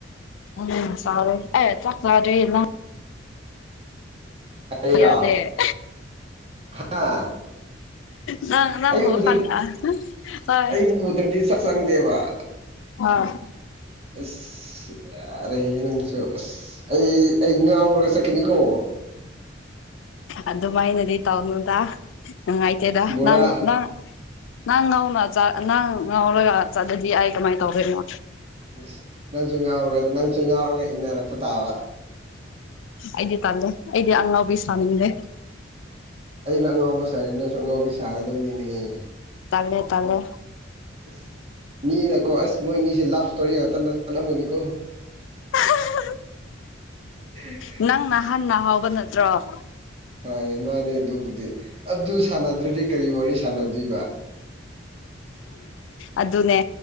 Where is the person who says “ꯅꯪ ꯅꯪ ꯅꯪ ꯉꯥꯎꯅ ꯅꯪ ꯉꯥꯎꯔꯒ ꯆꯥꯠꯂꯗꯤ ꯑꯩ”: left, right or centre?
Left